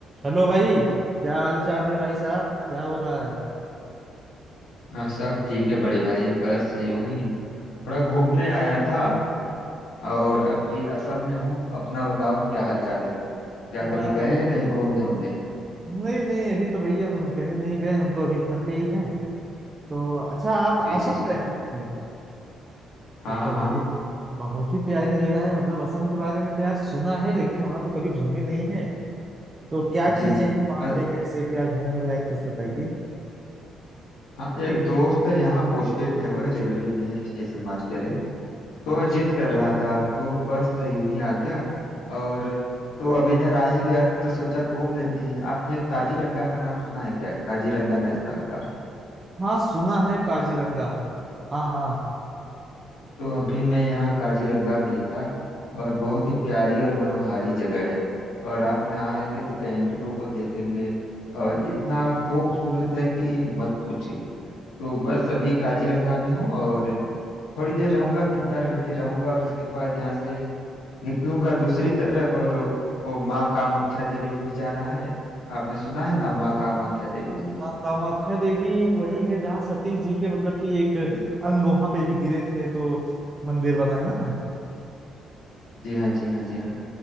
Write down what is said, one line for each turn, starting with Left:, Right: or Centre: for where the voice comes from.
Right: Hello भाई क्या हाल चाल है भाई साहब क्या हो रहा है
Left: हाँ सब ठीक है बड़े भाई बस यूं ही थोड़ा घूमने आया था और अभी असम में हूँ अपना बताओ क्या हालचाल है क्या
Right: हम आ-
Left: कभी गए हैं कहीं घूमने उमने
Right: नहीं नहीं अभी तो भैया हम कहीं नहीं गए हम तो अभी घर पे ही हैं तो अच्छा आप
Left: जी
Right: असम
Left: जी जी
Right: रहे होंगे
Left: हाँ
Right: ये तो
Left: हाँ
Right: भाई बहुत ही प्यारी जगह है मतलब असम के बारे में तो यार सुना है लेकिन वहां तो कभी घूमे नहीं है तो क्या चीजें
Left: जी जी
Right: हैं वहां
Left: अ,
Right: पे कैसे क्या घूमने लायक कुछ बताइए
Left: हाँ एक दोस्त है यहाँ पोस्टेड है वह रेलवे में है स्टेशन मास्टर है तो
Right: अच्छा
Left: वह जिद कर रहा था तो बस यूं ही आ गया और तो अब इधर आ ही गया तो सोचा घूम लेते हैं आपने काजीरंगा का नाम सुना है क्या Kaziranga national park
Right: हाँ सुना है काजीरंगा हाँ हाँ
Left: तो अभी मैं यहाँ काजीरंगा में ही था और बहुत ही प्यारी और मनोहारी जगह है और आप यहाँ आएंगे तो गैंडों को देखेंगे और इतना खूबसूरत है कि मत पूछिए तो बस अभी काजीरंगा में हूँ और थोड़ी देर रहूंगा तीन चार घंटे रहूंगा और इसके बाद यहाँ से निकलूंगा दूसरी तरफ और वो, वो माँ कामाख्या देवी भी जाना है आपने सुना है ना माँ कामाख्या देवी मंदिर
Right: हाँ कामाख्या देवी वही है जहाँ सती जी के मतलब कि एक अंग वहां पे भी गिरे थे तो मंदिर बना है ना
Left: जी हाँ जी हाँ जी हाँ